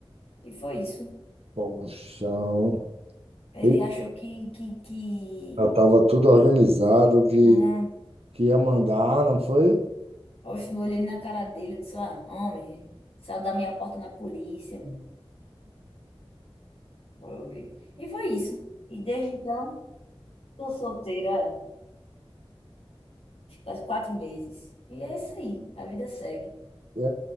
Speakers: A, on the left; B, on the right.
A: E foi isso.
B: o chão.
A: Ele
B: E
A: achou que, que, que...
B: já estava tudo organizado que,
A: Não.
B: que ia mandar, não foi?
A: Oxe, no olho ele na cara dele, eu disse, ah, homem, saiu da minha porta na polícia. mano." Foi. E foi isso. E desde então Tô solteira faz quatro meses. E é isso aí, a vida segue.
B: É, é.